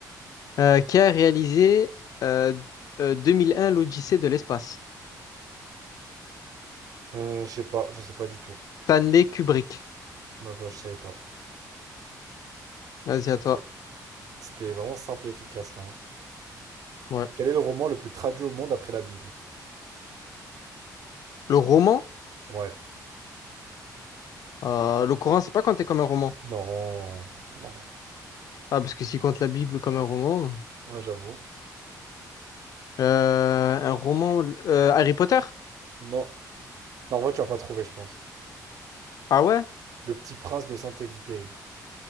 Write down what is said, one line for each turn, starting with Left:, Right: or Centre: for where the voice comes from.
Left: euh, qui a réalisé euh, euh, 2001 l'Odyssée de l'espace.
Right: Euh, je sais pas. Je sais pas du tout.
Left: Stanley Kubrick.
Right: Bah, bah, je savais pas.
Left: Vas-y, à
Right: Ok.
Left: toi.
Right: C'était vraiment simple et efficace là. hein.
Left: Ouais.
Right: Quel est le roman le plus traduit au monde après la Bible?
Left: Le roman,
Right: Ouais.
Left: euh, le Coran, c'est pas compté comme un roman.
Right: Non, non.
Left: Ah, parce que s'il compte la Bible comme un roman.
Right: Ouais, j'avoue.
Left: Euh, un roman. euh, Harry Potter?
Right: Non. Non, en vrai, tu vas pas trouver, je pense.
Left: Ah ouais?
Right: Le petit prince de Saint-Exupéry.